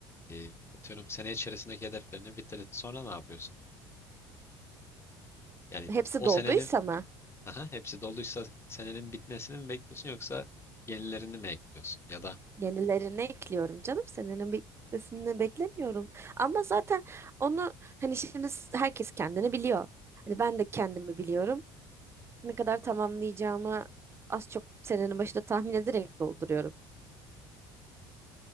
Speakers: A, on the left (about 20°); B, on the right (about 20°).
A: e, atıyorum sene içerisindeki hedeflerini bitirdin. Sonra ne yapıyorsun? Yani
B: Hepsi
A: o
B: dolduysa
A: senenin
B: mı?
A: Aha, hepsi doluysa senenin bitmesini mi bekliyorsun yoksa yenilerini mi ekliyorsun? Ya da
B: Yenilerini ekliyorum canım. Senenin bitmesini beklemiyorum. Ama zaten onu hani şimdi s- herkes kendini biliyor. Hani ben de kendimi biliyorum. Ne kadar tamamlayacağımı az çok senenin başında tahmin ederek dolduruyorum.